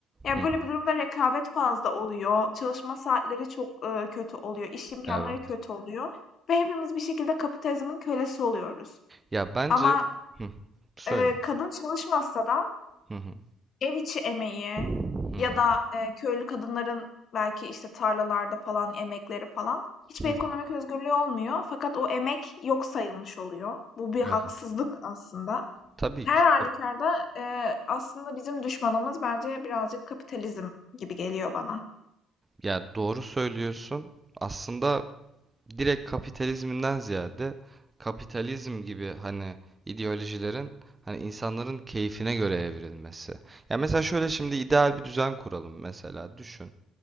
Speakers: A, on the left; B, on the right.
A: Yani
B: hı.
A: böyle bir durumda rekabet fazla oluyor, çalışma saatleri çok, ııı, kötü oluyor, iş imkanları
B: Evet.
A: kötü oluyor ve hepimiz bir şekilde kapitalizmin kölesi oluyoruz.
B: Ya bence
A: Ama,
B: Hı, söyle.
A: eee, kadın çalışmasa da
B: Hı hı,
A: ev içi emeği
B: hı
A: ya
B: hı,
A: da, eee, köylü kadınların belki, işte, tarlalarda falan emekleri falan hiçbir
B: hı hı.
A: ekonomik özgürlüğü olmuyor fakat o emek yok sayılmış oluyor. Bu bir haksızlık
B: Evet.
A: aslında.
B: Tabii
A: Her
B: ki.
A: halükarda, eee, aslında bizim düşmanımız bence birazcık kapitalizm gibi geliyor bana.
B: Ya doğru söylüyorsun. Aslında direkt kapitalizminden ziyade kapitalizm gibi hani ideolojilerin hani insanların keyfine göre evrilmesi. Ya mesela şöyle şimdi ideal bir düzen kuralım mesela düşün.